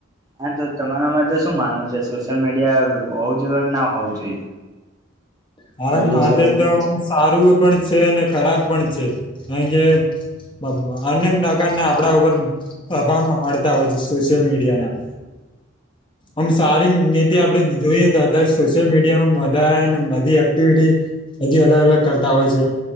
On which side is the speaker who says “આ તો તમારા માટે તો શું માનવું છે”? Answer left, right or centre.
Right